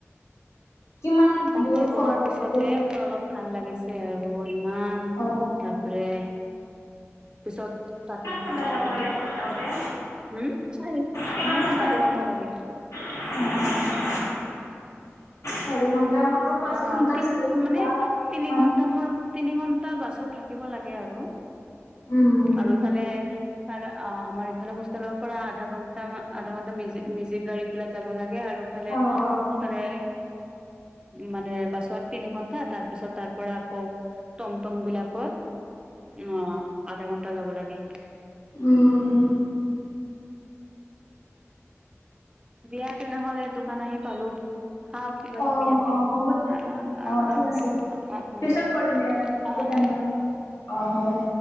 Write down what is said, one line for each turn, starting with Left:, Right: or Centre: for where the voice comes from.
Left: কিমান
Right: তাতে
Left: দূৰ
Right: বহাৰ
Left: খৰ
Right: পিছতে
Left: এইটো
Right: মোৰ অলপ ভাল লাগিছে। তাতে আৰু ইমান
Left: অ
Right: তাৰপৰে পিছত তাতে
Left: কিমান
Right: এইফালে
Left: ঘণ্টা যাব
Right: যায়
Left: লাগে
Right: তোক
Left: ঘৰত যাওঁতে
Right: উম, চাৰি
Left: কিমান
Right: মোৰ
Left: ঘণ্টা
Right: চাৰি ঘন্টা লাগে।
Left: অ' চাৰি ঘন্টা মোৰো পাঁচ
Right: অ'
Left: ঘন্টা
Right: তি
Left: চাৰি ঘন্টা
Right: মানে তিনি
Left: মানে
Right: ঘন্টা মোৰ তিনি ঘণ্টা বাছত থাকিব লাগে আৰু।
Left: উম।
Right: আৰু ইফালে ইফাল অ, আমাৰ ইফালে হোষ্টেলৰ পৰা আধা ঘণ্টা, আধা ঘন্টা মেজিক গাড়ী বিলাক যাব লাগে আৰু। বাট
Left: অ অ অ অ
Right: মানে মানে বাছত তিনি ঘন্টা। তাৰপিছত তাৰ পৰা আকৌ টমটম বিলাকত, অ, আধা ঘন্টা যাব লাগে।
Left: উম।
Right: দিয়া তেনেহলে দোকান আহি পালো। হা কিবা-
Left: অ
Right: কিবি ইয়াতে।
Left: অ হ'ব দিয়া
Right: আহ, অ-
Left: ঠিক
Right: অ- অ-
Left: আছে
Right: অ- অ-
Left: পিছত কৰিম দে আৰু
Right: অ-
Left: কেতিয়ানবা
Right: অ- অ।
Left: অ, হ'ব।